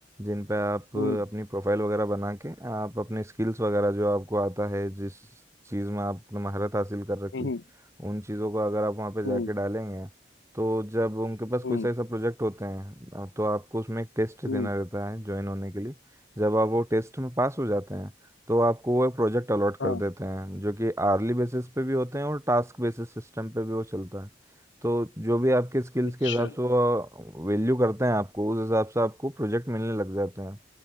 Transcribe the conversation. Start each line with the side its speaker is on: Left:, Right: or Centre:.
Right: जिन पे आप
Left: हम्म
Right: अपनी प्रोफाइल वगैरह बना के आप अपने स्किल्स वगैरह जो आपको आता है जिस चीज़ में आपने महारत हासिल कर रखी
Left: हम्म
Right: उन चीज़ों को अगर आप वहाँ पे
Left: हम्म
Right: जाके डालेंगे तो जब उनके पास
Left: हम्म
Right: कोई सा ऐसा प्रोजेक्ट होते हैं अ, तो आपको उसमें एक टेस्ट देना
Left: हम्म,
Right: रहता है ज्वाइन होने के लिए जब आप वो टेस्ट में पास हो जाते हैं तो आपको वो एक प्रोजेक्ट अलॉट कर
Left: हाँ
Right: देते हैं जो कि आर्ली बेसिस पे भी होते हैं और टास्क बेसिस सिस्टम पे भी वो चलता है तो जो भी आपके स्किल्स
Left: अच्छा
Right: के हिसाब से वो वैल्यू करते हैं आपको उस हिसाब से आपको प्रोजेक्ट मिलने लग जाते हैं